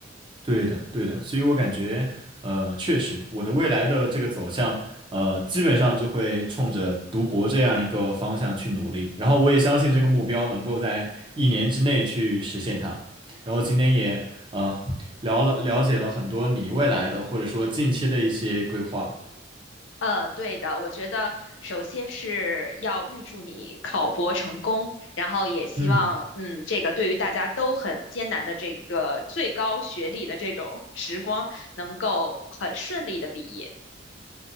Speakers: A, on the right; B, on the left.
A: 对的，对的，所以我感觉，呃，确实，我的未来的这个走向，呃，基本上就会冲着读博这样一个方向去努力。然后我也相信这个目标能够在一年之内去实现它。然后今天也呃聊了了解了很多你未来的或者说近期的一些规划。
B: 呃，对的，我觉得首先是要预祝你考博成功，然后也希望，
A: 嗯
B: 嗯，这个对于大家都很艰难的这个最高学历的这种时光，能够很顺利的毕业。